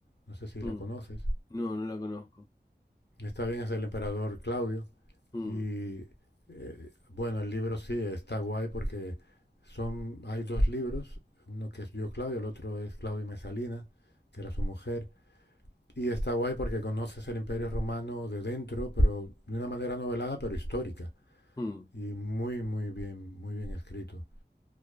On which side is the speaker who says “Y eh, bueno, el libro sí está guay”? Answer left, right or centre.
Left